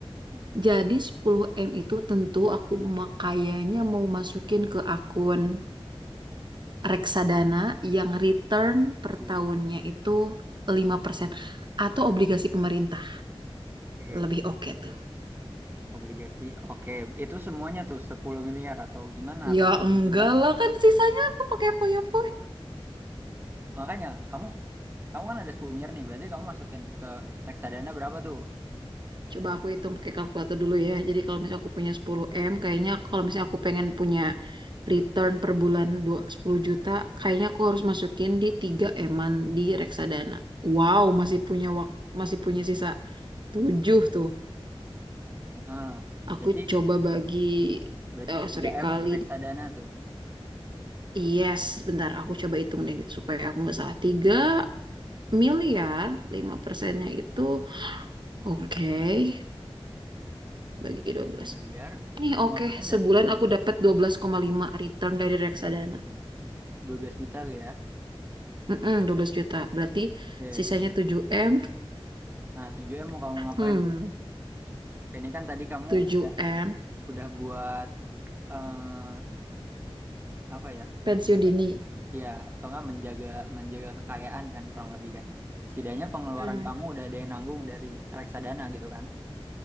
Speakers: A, on the right; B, on the right.
A: Mhm.
B: Jadi sepuluh m itu tentu aku ma- kayaknya mau masukin ke akun reksadana yang return per
A: Wih,
B: tahunnya itu 5% atau obligasi pemerintah.
A: oke,
B: lebih oke tuh.
A: obligasi. Oke, itu semuanya tuh 10 miliar atau gimana atau
B: Ya
A: kamu
B: enggak
A: bagi-bagi.
B: lah kan sisanya aku pakai poyo-poyo.
A: Makanya kamu Kamu kan ada 10 miliar nih, berarti kamu masukin ke reksadana berapa tuh?
B: Coba aku hitung pakai kalkulator dulu ya. Jadi kalau misalnya aku punya sepuluh m kayaknya aku- kalau misalnya aku pengen punya return per bulan dua- 10 juta, kayaknya aku harus masukin di tiga eman di reksadana. Wow, masih punya wak- masih punya sisa 7 tuh.
A: ah
B: Aku
A: berarti
B: coba bagi
A: berarti
B: eh
A: 3M
B: sorry kali
A: ke reksadana tuh.
B: yes bentar aku coba hitung deh supaya aku nggak salah tiga miliar 5 persennya itu oke bagi
A: 3
B: dua belas.
A: miliar,
B: Nih
A: lima
B: oke,
A: persen dari
B: sebulan
A: 3 miliar.
B: aku dapat dua belas koma lima return dari reksadana.
A: dua belas juta tuh ya.
B: Mm-mm, 12 juta. Berarti
A: Oke.
B: sisanya tujuh m
A: Nah, tujuh m mau kamu ngapain
B: Hmm,
A: tuh? Ini kan tadi kamu
B: tujuh
A: udah
B: m
A: udah buat eh apa ya?
B: pensiun dini.
A: Ya, atau nggak menjaga menjaga kekayaan kan kurang lebih kan. Setidaknya pengeluaran
B: Hmm.
A: kamu udah ada yang nanggung dari reksadana gitu kan.